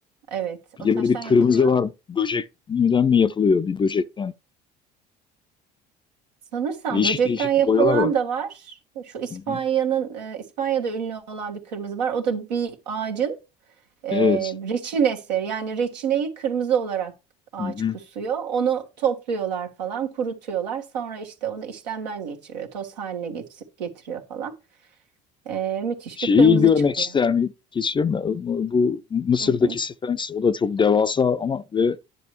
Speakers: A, on the right; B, on the left.
A: evet
B: Bir
A: o
B: de
A: taştan
B: böyle bir kırmızı
A: yapılıyor.
B: var. Böcekten mi yapılıyor? Bir böcekten.
A: Sanırsam
B: Değişik
A: böcekten
B: değişik
A: yapılan
B: boyalar var.
A: da var. Şu İspanya'nın
B: Hı hı.
A: e, İspanya'da ünlü olan bir kırmızı var. O da bir ağacın e,
B: Evet.
A: reçinesi. Yani reçineyi kırmızı olarak ağaç
B: Hı hı.
A: kusuyor. Onu topluyorlar falan, kurutuyorlar. Sonra işte onu işlemden geçiriyor, toz haline geç- getiriyor falan. E, müthiş
B: Şeyi
A: bir kırmızı
B: görmek
A: çıkıyor.
B: ister miyim? Kesiyorum ya. Bu bu Mısır'daki
A: Hı hı,
B: Sphinx o da çok devasa ama ve